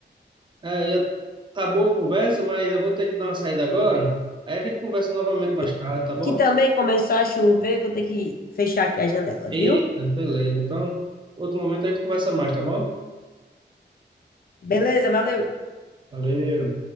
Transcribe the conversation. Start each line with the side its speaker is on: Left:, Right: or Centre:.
Right: é, eu- tá boa a conversa, mas eu vou ter que dar uma saída agora. Aí a gente conversa novamente mais
Left: E
Right: tarde, tá bom?
Left: aqui também começou a chover, vou ter que fechar aqui as janelas,
Right: Eita,
Left: viu?
Right: beleza. Então, outro momento a gente conversa mais, tá bom?
Left: Beleza, valeu.
Right: Valeu.